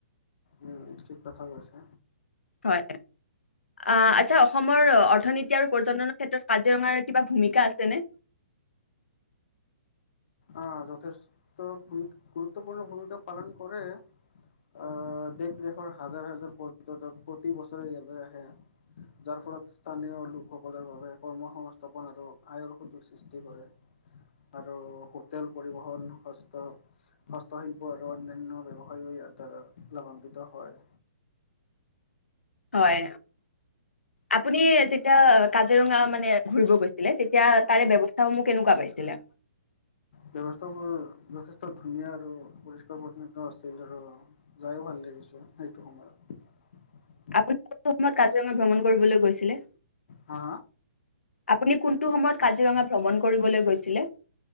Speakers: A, on the left; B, on the left.
A: উম, ঠিক কথা কৈছে।
B: হয়। আহ, আচ্ছা' অসমৰ অৰ্থনীতি আৰু পৰ্যটনৰ ক্ষেত্ৰত কাজিৰঙাৰ কিবা ভূমিকা আছেনে?
A: আহ যথেষ্ট ভূমি গুৰুত্বপূৰ্ণ ভূমিকা পালন কৰে। আহ' দেশ-দেশৰ হাজাৰ-হাজাৰ পৰ্যটক প্ৰতি বছৰে ইয়ালৈ আহে যাৰ ফলত স্থানীয় লোকসকলৰ বাবে কৰ্ম সংংস্থাপন আৰু আয়ৰ সুযোগ সৃষ্টি কৰে আৰু তেল পৰিবহণ হস্ত, হস্তশিল্প আৰু অন্যান্য ব্যৱসায় ইয়াৰ দ্বাৰা লাভান্বিত হয়।
B: হয় আপুনি যেতিয়া কাজিৰঙা মানে ঘূৰিব গৈছিলে, তেতিয়া তাৰে ব্যৱস্থাসমূহ কেনেকুৱা পাইছিলে।
A: ব্যৱস্থাবোৰ যথেষ্ট ধুনীয়া আৰু পৰিষ্কাৰ পৰিষ্কন্নতা আছিল আৰু যায়ো ভাল লাগিছে সেইটো সময়ত।
B: আপুনি কোনটো সময়ত কাজিৰঙা ভ্ৰমণ কৰিবলৈ গৈছিলে।
A: হা
B: আপুনি কোনটো সময়ত কাজিৰঙা ভ্ৰমণ কৰিবলৈ গৈছিলে